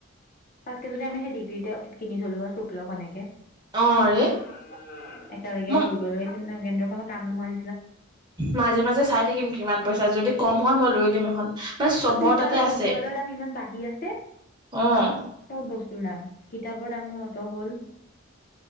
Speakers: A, on the left; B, on the right.
A: তাকতে যদি আমি সেই ডিগ্ৰীতে কিনি থলো হৈ শুক্ল খনকে <unintelligible>
B: অ ৰে
A: একেলগে
B: মই
A: হৈ গলে কেন্দ্ৰখনতো কাম নহয়।
B: মাজে মাজে চাই থাকিম কিমান পইচা যদি- কম হয় মই লৈ দিম এখন মানে চবৰ
A: আৰু ফ্লিপকাৰ্টত
B: তাতে আছে।
A: বস্তুগালৰ দাম ইমান বাঢ়ি আছে
B: অঁ
A: চব বস্তুৰ দাম কিতাপৰ দামো অত হ'ল।